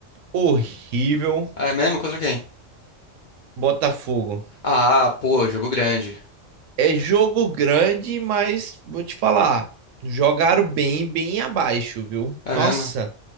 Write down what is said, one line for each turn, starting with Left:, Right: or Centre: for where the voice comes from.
Right: horrível,
Left: Ah, é mesmo? Contra quem?
Right: Botafogo.
Left: Ah, pô, jogo grande.
Right: É jogo grande, mas vou te falar, jogaram bem, bem abaixo, viu?
Left: É
Right: Nossa,
Left: mesmo?